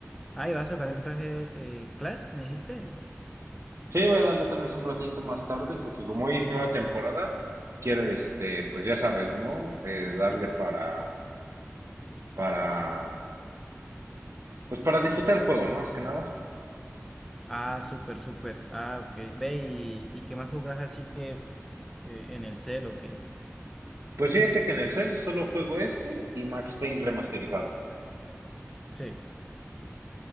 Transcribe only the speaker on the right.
Sí, voy a darle tal vez un ratito más tarde, porque como hoy es nueva temporada, quiero, este, pues ya sabes, ¿no? Eh, darle para, para, pues para disfrutar el juego, ¿no? Más que nada.
Pues fíjate que en el cel solo juego este y Max Payne remasterizado.